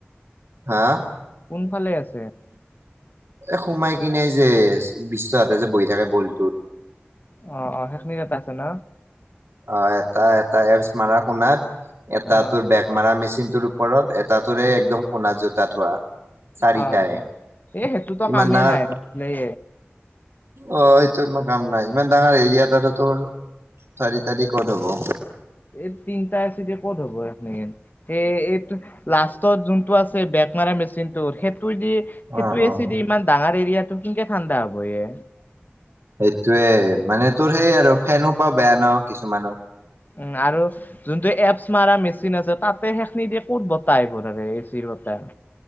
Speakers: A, on the right; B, on the left.
A: হা।
B: কোনফালে আছে
A: এ সোমাই কিনে যে বিশ্বহতে যে বহি থাকে গোলিটোত।
B: অ', অ', সেইখিনিট এটা আছে ন।
A: অ', এটা এটা এপচ মাৰা কোনাত, এটা
B: অ
A: তোৰ বেগ মাৰা মেচিনটোত- ওপৰত। এটাটোৰ
B: অ
A: একদম কোণাত জোতা থোৱা। চাৰিটাই
B: অ', অ', এই সেইটোতো
A: ইমান
B: কামেই
A: ডাঙৰ
B: নাই নচলেই।
A: অ', এইটো ইমান কাম নাই। ইমান ডাঙৰ এৰিয়া তোতে টোৰ। চাৰিটা দি ক'ত হ'ব।
B: এই তিনটা এচিদি ক'ত হ'ব এইখিনিত। সেই, এইটো লাষ্টত যোনটো আছে বেক মাৰা মেচিনটো, সেইটো দি- সেইটো
A: অ
B: এচিদি
A: অ
B: ইমান ডাঙৰ এৰিয়াটো কেনকে ঠাণ্ডা হ'বয়ে।
A: সেইটোয়ে, মানে তোৰ সেই আৰু ফেন সোপা বেয়া ন কিছুমানৰ।
B: উম্ আৰু- যোনটো এপছ মাৰা মেচিন আছে, তাতে সেইখিনি দিয়ে ক'ত বতাহ আহিব তাতে, এইবোৰ আৰু এচিৰ বতাহ।